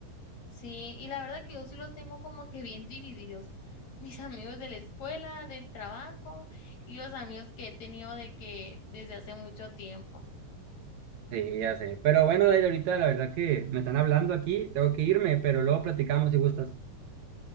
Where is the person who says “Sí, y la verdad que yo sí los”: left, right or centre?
Left